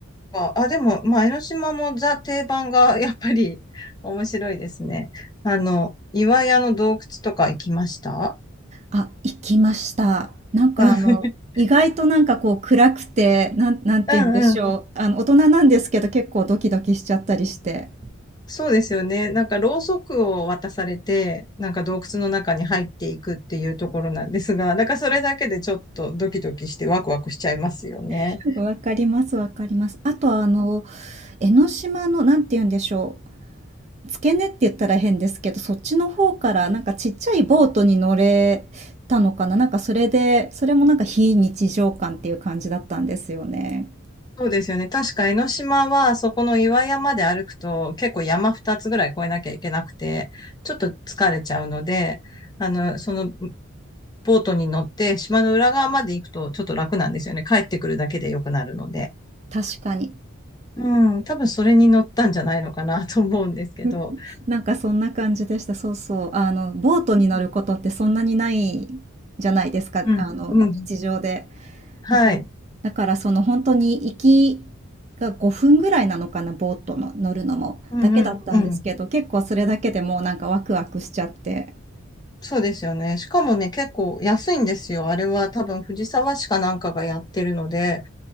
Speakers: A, on the left (about 20°); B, on the right (about 30°).
A: あ、あでも、まあ、江ノ島もザ定番がやっぱり面白いですね。あの、岩屋の洞窟とか行きました
B: あ、行きました。なんかあの、
A: うん <laughs>
B: 意外となんかこう暗くて、なん、なんて言うんでしょう。
A: うんうん。
B: あの、大人なんですけど結構ドキドキしちゃったりして。
A: そうですよね。なんか、ろうそくを渡されて、なんか洞窟の中に入っていくっていうところなんですが、だからそれだけでちょっとドキドキしてワクワクしちゃいますよね。
B: <laughs> わかります、わかります。あとあの、江ノ島の、なんて言うんでしょう。付け根って言ったら変ですけど、そっちの方からなんかちっちゃいボートに乗れたのかななんかそれで、それもなんか非日常感っていう感じだったんですよね。
A: そうですよね。確か江ノ島は、そこの岩山で歩くと、結構山2つぐらい越えなきゃいけなくて、ちょっと疲れちゃうので、あの、その、ボートに乗って島の裏側まで行くとちょっと楽なんですよね。帰ってくるだけで良くなるので。
B: 確かに。
A: うん、多分それに乗ったんじゃないのかなと思うんですけど。
B: <laughs> なんかそんな感じでした。そうそう。あの、ボートに乗ることってそんなにないじゃないですか。
A: うん、
B: あの、
A: うん、
B: 日常で。
A: はい。
B: だから、だからその本当に行きが5分ぐらいなのかな、ボートの乗るのも。
A: うんうん、
B: だけだったんですけど、
A: うん。
B: 結構それだけでもうなんかワクワクしちゃって。
A: そうですよね。しかもね、結構安いんですよ。あれは多分藤沢市かなんかがやってるので、